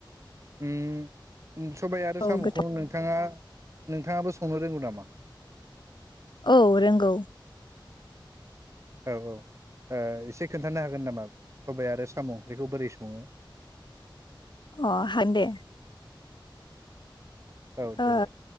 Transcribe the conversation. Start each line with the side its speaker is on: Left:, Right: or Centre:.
Right: उम उम सबाय आरो
Left: औ
Right: साम'खौ
Left: गोथाव
Right: नोंथाङा नोंथाङाबो संनो रोंगौ नामा?
Left: औ रोंगौ
Right: औ औ ओ एसे खोन्थानो हागोन नामा सबाइ आरो साम' ओंख्रिखौ बोरै संङो
Left: अ हागोन दे
Right: औ
Left: ओ
Right: देलाय